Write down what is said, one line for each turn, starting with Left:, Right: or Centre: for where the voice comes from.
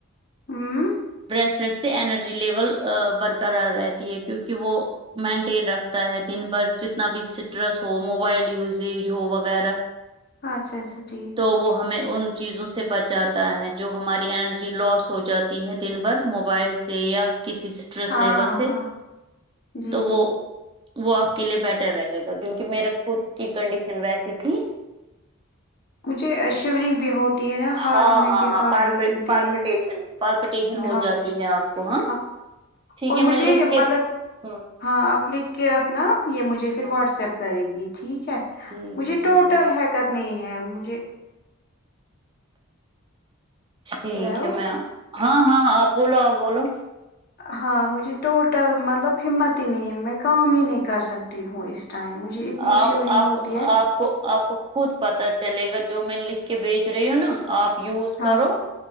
Left: ہوں
Right: بسلیٹ سے انینرجی لیول برقرار رہتی ہے کیونکہ وہ مینٹین رکھتا ہے دن بھر جتنا بھی سٹرس ہو مو وائل یوزیج ہو وغیرہ
Left: ہ اچھا اچھا ٹھیک
Right: تو وہ ہمیں ان چیزوں سے بچاتا ہے جو ہماری انرجی لاس ہو جاتی ہے دن بھر موبائل سے یا کسی انٹرس
Left: ہاں
Right: لیول سے
Left: ہاں جی
Right: تو
Left: جی
Right: وہ وہ آپ کے لیے بیٹر رہے گا کیونکہ میرے خود کی کنڈیشن ویسی تھی
Left: مجھے شیورنگ بھی ہوتی ہے نا
Right: ہاں
Left: ہارٹ میں
Right: ہاں
Left: بھی
Right: ہاں
Left: ہارٹ
Right: پالپ
Left: بیٹنگ تیز
Right: پالپٹیشن پالپٹیشن
Left: بھی
Right: ہو
Left: ہوتے
Right: جاتی ہے آپ
Left: ہیں۔
Right: کو ہاں ٹھیک
Left: اور
Right: ہے میں
Left: مجھے
Right: لکھ کے
Left: مطلب
Right: ہ
Left: ہاں آپ لکھ کے رکھنا یہ مجھے پھر
Right: ہاں
Left: واٹس ایپ کرے گی ٹھیک ہے
Right: ٹھیک
Left: مجھے
Right: ہے
Left: ٹوٹل
Right: ٹھیک ہے
Left: حریکت نہیں ہے مجھے
Right: ٹھیک
Left: ہلو
Right: ہے میں ہاں ہاں ہاں بولو آ بولو
Left: ہاں مجھے ٹوٹل مطلب ہمت ہی نہیں میں کام ہی نہیں کر سکتی ہوں اس ٹائم مجھے اتنی
Right: آپ
Left: شیورنگ
Right: آپ
Left: ہوتی
Right: کو
Left: ہے
Right: آپ کو آپ کو خود پتا چلے گا جو میں لکھ کے بھیج رہی ہوں نا آپ یوز
Left: ہاں
Right: کرو